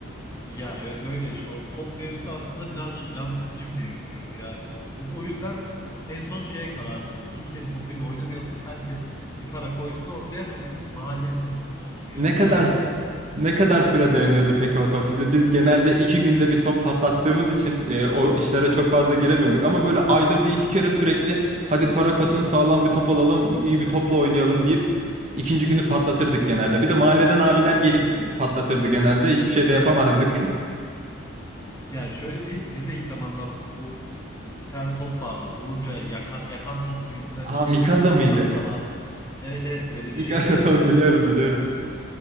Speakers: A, on the left; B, on the right.
A: Ya evet öyle işte o top mevzusu aslında birazcık can sıkıcı bir mevzuydu yani. Biz o yüzden en son şeye karar kıldık. Kimsenin topuyla oynamayalım. Herkes bir para koysun ortaya. Bu bizim mahallemizin topu olsun. Yani
B: Ne
A: bunu
B: kadar
A: alalım.
B: ne kadar süre dayanıyordu peki o top Biz genelde iki günde bir top patlattığımız için e, o işlere çok fazla giremiyorduk. Ama
A: <clears throat>
B: böyle ayda bir iki kere sürekli hadi para katın sağlam bir top alalım, iyi bir topla oynayalım deyip ikinci günü patlatırdık genelde. Bir de mahalleden abiler gelip patlatırdı genelde. Hiçbir şey de yapamazdık.
A: ya şöyle diyeyim. Biz de ilk zamanlar bu bir tane top vardır. Vurunca yakan, yakan top gibisinden
B: <laughs> Aa
A: bir şey
B: Mikasa
A: gibi
B: mıydı?
A: bir adı da vardır. Evet evet öyle
B: Mikasa
A: bir şeydi gerçekten.
B: top biliyorum biliyorum.